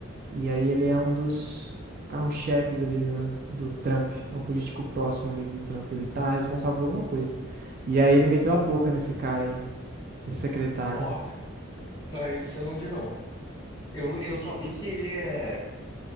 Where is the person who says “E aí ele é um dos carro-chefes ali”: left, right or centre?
Right